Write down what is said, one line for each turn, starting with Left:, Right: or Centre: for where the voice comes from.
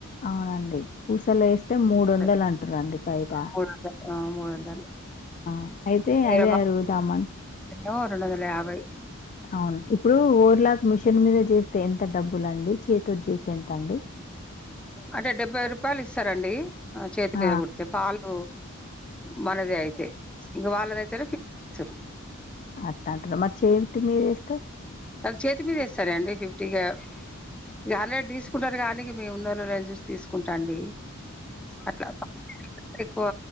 Left: అవునండి పూసలేస్తే మూడు
Centre: ఉంటది.
Left: వందలు అంటుర్రండి బయట.
Centre: <unintelligible> ఆ మూడ వందలు
Left: ఆ! అయితే
Centre: వేరే
Left: అదే అరుగుదామండి
Centre: ఏమో రెండు వందల యాభై
Left: అవున ఇప్పుడు ఓర్ లాక్ మిషన్ మీద జేస్తే ఎంత డబ్బులండి చేత్తోటి జేస్తే ఎంతండి
Centre: అదే డెబ్బై రూపాయలు ఇస్తరండి చేతి
Left: ఆ!
Centre: మీద గుడితే ఫాల్ లు మనదే అయితే ఇంగ వాళ్ళదయితేనే <unintelligible>
Left: అట్లంటర మరి చేతి మీద ఏస్తే
Centre: అది చేతి మీద ఏస్తారా అండి ఫిఫ్టీగా ఇగ హండ్రేడ్ దీసుకుంటారు గానీకి మేము ఉన్నోళ్ళు లేన్ జూసి తీసుకుంటా అండి అట్లా ఎక్కువ